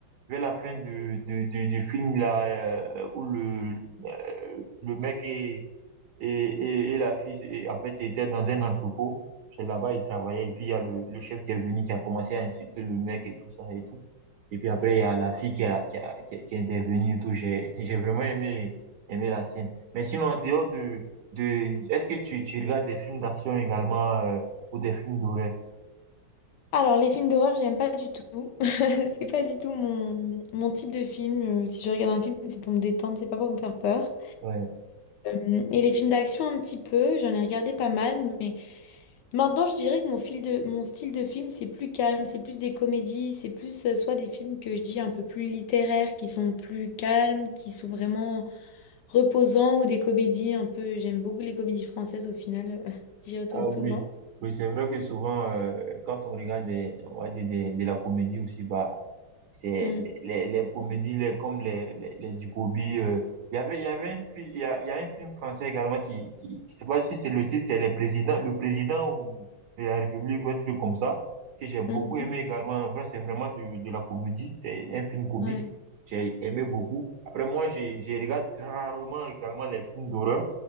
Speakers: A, on the right (about 65°); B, on the left (about 70°).
A: vers la fin du, du, du, du film là euh, où le euh, le mec et et, et, et la fille et, en fait était dans un entrepôt c'est là-bas il travaillait et puis il y a le, le chef qui est venu qui a commencé à insulter le mec et tout ça et tout et puis après il y a la fille qui a qui a qui, a, qui est intervenue et tout j'ai <laughs> j'ai vraiment aimé aimé la scène mais sinon en dehors de de est-ce que tu tu regardes des films d'action également euh, ou des films d'horreur
B: Alors, les films d'horreur, j'aime pas du tout. <laughs> C'est pas du tout mon, mon type de film. Euh, Si je regarde un film, c'est pour me détendre, c'est pas pour me faire peur.
A: ouais
B: Euh, et les films d'action, un petit peu. J'en ai regardé pas mal, mais... Maintenant, je dirais que mon fil de, mon style de film, c'est plus calme, c'est plus des comédies, c'est plus euh, soit des films que je dis un peu plus littéraires, qui sont plus calmes, qui sont vraiment reposants, ou des comédies un peu. J'aime beaucoup les comédies françaises au final, <laughs> j'y retourne
A: Ah oui,
B: souvent.
A: oui, c'est vrai que souvent, euh, quand on regarde des, on va dire des, de la comédie aussi, bah, c'est
B: Mm,
A: les, les, les comédies les, comme les, les, les Ducobi. euh, il y avait, il y avait une, fi- il y a, il y a un film français également qui, qui, qui- je sais pas si c'est le titre, c'est les présidents, le président ou de la République ou un truc comme ça, que j'ai beaucoup
B: mhm,
A: aimé également. En vrai, c'est vraiment de, de la comédie. C'est un film comique.
B: ouais.
A: J'ai aimé beaucoup. Après, moi, j'ai, j'ai regarde rarement également les films d'horreur.